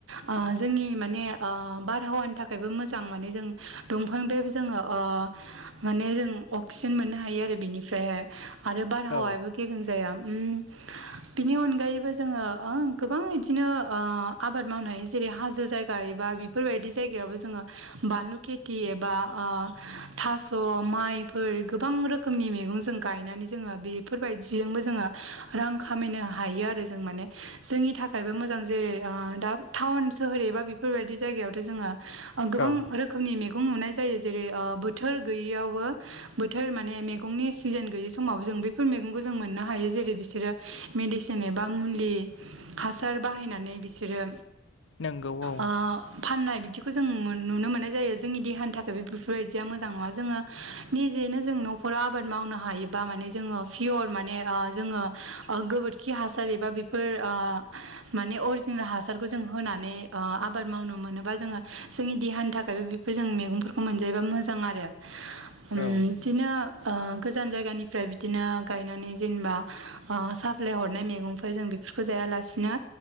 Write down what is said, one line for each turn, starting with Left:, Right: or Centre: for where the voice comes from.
Right: ओ जोंनि माने ओ बारहावानि थाखायबो मोजां माने जों दंफांदो बो जोङो अ माने जों अक्सिजेन मोननो हायो आरो बिनिफ्राय हाय। आरो बारहावायाबो
Left: औ
Right: गेबें जाया ओम बिनि अनगायैबो जोङो ओं गोबां बिदिनो ओ आबाद मावनो हायो जेरै हाजो जायगा एबा बिब बेफोरबायदि जायगायावबो जोङो बानलु खेथि एबा ओ थास' माइफोर गोबां रोखोमनि मैगं जों गायनानै जोङो बेफोरबायदिजोंबो जोङो रां खामायनो हायो आरो जों माने। जोंनि थाखायबो मोजां जेरै ओ दा टाउन सोहोर एबा बेफोरबायदि जायगायावथ' जोङो ओ गोबां
Left: औ
Right: रोखोमनि मैगं नुनाय जायो जेरै ओ बोथोर गोयियावबो बोथोर माने मेगंनि सिजोन गैयि समाव जों बैफोर मैगंखौ जों मोननो हायो जेरै बिसोरो मेडिसिन एबा मुलि हासार बाहायनानै बिसोरो
Left: नंगौ औ
Right: अ फाननाय बिदिखौ जों मोन नुनो मोननाय जायो जोंनि देहानि थाखायबो बेफोरबायदिया मोजां नङा जोङो निजिनो जों न'फोराव आबाद मावनो हा हायोबा माने जोङो पियर माने ओ जोङो ओ गोबोरखि हासार एबा बेफोर ओ माने अरजिनेल हासारखौ जों होनानै ओ आबाद मावनो मोनोबा जोङो जोंनि देहानि थाखायबो बेफोर जों मैगंफोरखौ मोनजायोबा मोजां आरो। होम बिदिनो
Left: औ
Right: ओ गोजान जायगानिफ्राय बिदिनो गायनानै जेनेबा ओ साप्लाय हरनाय मैगंफोर जों बेफोरखौ जायालासिनो